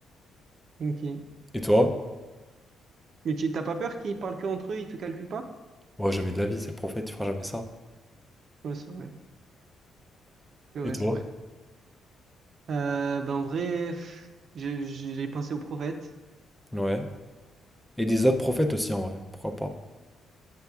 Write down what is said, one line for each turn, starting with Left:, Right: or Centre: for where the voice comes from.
Right: Ok.
Centre: Et toi?
Right: Mais tu t'as pas peur qu'ils parlent que entre eux, ils te calculent pas?
Centre: Ouais, jamais de la vie, c'est le prophète, il fera jamais ça.
Right: Ouais, c'est vrai. C'est
Centre: Et
Right: vrai,
Centre: toi?
Right: c'est vrai. Euh, ben en vrai, pff, j'ai j'ai pensé aux prophètes.
Centre: Ouais. Et des autres prophètes aussi, en vrai. Pourquoi pas?